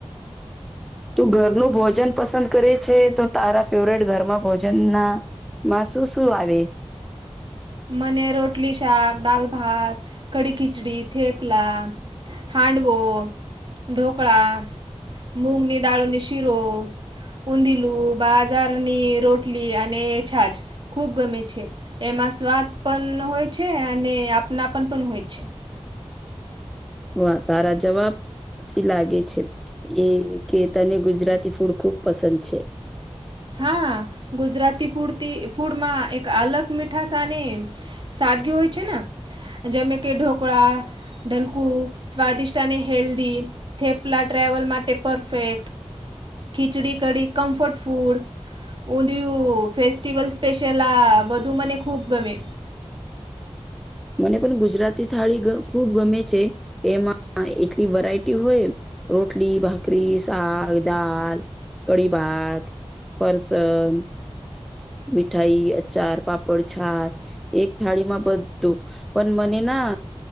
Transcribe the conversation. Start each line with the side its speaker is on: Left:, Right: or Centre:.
Centre: તું ઘર નું ભો ભોજન પસંદ કરે છે, તો તારા ફેવરેટ ઘરમાં ભોજન ના માં શું શું આવે?
Right: મને રોટલી, શાક, દાલ, ભાત, કઢી, ખિચડી, થેપલા. હાંડવો, ઢોકળા, મૂગની દાળૂની શીરો. ઊંધિલું, બાજારની રોટલી અને છાજ. ખૂબ ગમે છે એમાં સ્વાદ પન હોય છે અને આપનાપન પણ હોય છે.
Centre: વાહ તારા જવાબ થી લાગે છે. કે કે તને ગુજરાતી ફૂડ ખુબ પસંદ છે.
Right: હા ગુજરાતી ફૂડથી ફૂડમાં એક અલગ મીઠાશ અને સાદગી હોય છે ને જેમે કે ઢોકળા ઢલકું સ્વાદિષ્ટ અને હેલ્ધી થેપલા ટ્રાવલ માટે perfect. Khichdi, kadhi comfort food. Undhiyu festival special આ બધું મને ખૂબ ગમે.
Centre: મને પણ ગુજરાતી થાળી ખૂબ ગમે છે, એમાં એટલી વે રાયટી હોય રોટલી, ભાકરી, શાક, દાલ, કઢી ભાત. ફરસન. મીઠાઈ, અચાર, પાપડ, છાસ. એક થાળીમાં બધું પણ મને ના